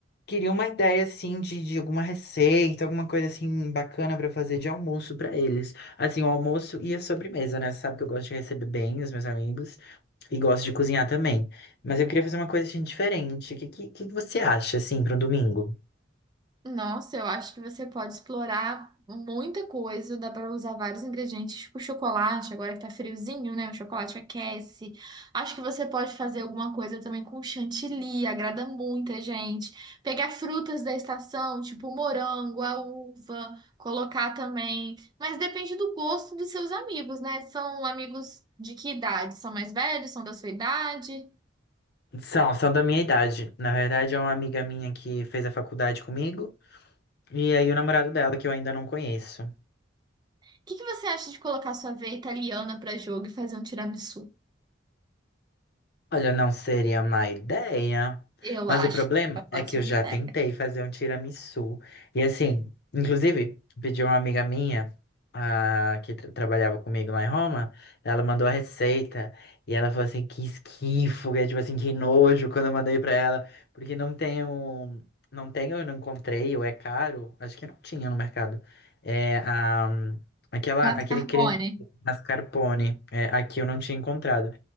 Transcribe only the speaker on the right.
Nossa, eu acho que você pode explorar muita coisa, dá para usar vários ingredientes, tipo chocolate, agora que tá friozinho, né? O chocolate aquece. Acho que você pode fazer alguma coisa também com chantilly, agrada muita gente. Pegar frutas da estação, tipo morango, a uva, colocar também. Mas depende do gosto dos seus amigos, né? São amigos de que idade? São mais velhos? São da sua idade?
O que que você acha de colocar sua veia italiana para jogo e fazer um tiramisu?
Eu
acho
que é uma
ótima
ideia.
Mascarpone.